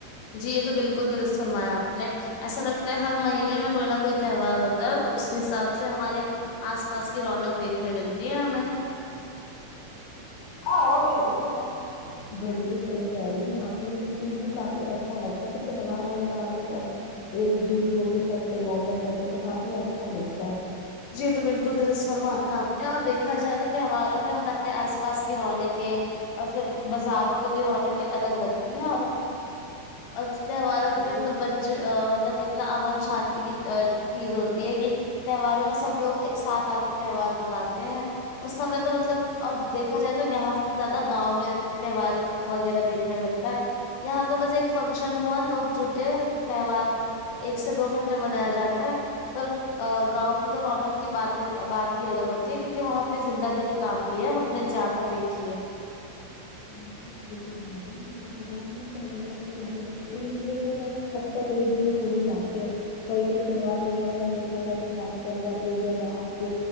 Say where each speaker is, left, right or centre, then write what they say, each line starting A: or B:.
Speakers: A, on the left (about 80°); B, on the left (about 70°).
A: جی یہ تو بلکل درست فرمایا آپ نے ایسا لگتا ہے ہر مہینے میں کوئی نہ کوئی تہوار ہوتا ہے اور اس حساب سے ہمارے آس پاس کی رونق دیکھنے ملتی ہے ہمیں
B: ہاں وہ گری لے کہ ج بلکل صحیح کہہ رہی ہیں آپ کو یہ سب چیز بھی کافی اچھا لگتا ہے کہ تہوار وغیرہ آتے سب ایک جٹ ہو کے سب تیاریاں کرتے تو کافی اچھا لگتا ہے
A: جی تو بلکل درست فرمایا آپ نے اور دیکھا جائے تو تہواروں میں ہمارے آس پاس کی رونقیں اور پھر بزاروں کو بھی رونقیں الگ لگتی ہیں اور اب تہواروں
B: بالکل
A: میں تو بچ چے مطلب اتنا امن شانتی کی چیز ہوتی ہے کہ تہواروں میں سب لوگ ایک ساتھ آ کے تہوار مناتے ہیں اس سمے تو مطلب اور دیکھا جائے تو یہاں سے زیادہ گاؤں میں تہوار وغیرہ دیکھنے ملتا ہے یہاں تو بس ایک فنشن ہوا لوگ جٹے تہوار ایک سے دو گھنٹے منایا جاتا ہے پر گاؤں تو رونق کی بات بات ہی الگ ہوتی ہے کیونکہ وہاں پہ زندہ دللی کافی ہے ہم نے جہاں تک دیکھی ہے
B: <inaudible> گاؤں میں تہواروں کو بھی مطلب ایک دیکھا جائے گا سب تر ایک جٹ ہو ہی جاتے کئی کئی تہوار وغیرہ میں دیکھا جائے تو سارے پریوار ایک جگہ آ کے